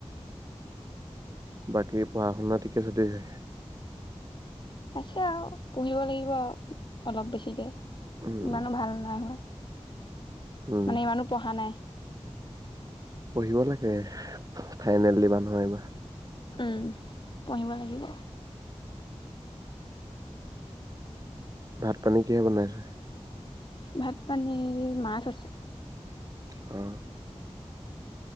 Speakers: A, on the right (about 30°); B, on the left (about 45°).
A: বাকী পঢ়া শুনা ঠিকে চলি আছে।
B: আছে আও পহিব লাগিব আও অলপ বেছিকে
A: উম।
B: ইমানো ভাল নাই হোৱা।
A: উম
B: মানে ইমানো পঢ়া নাই।
A: পঢ়িব লাগে ফাইনেল দিবা নহয় এবা।
B: উম পঢ়িব লাগিব।
A: ভাত পানী কিহে বনাইছে।
B: ভাত পানীৰ মাছ আছে।
A: অ।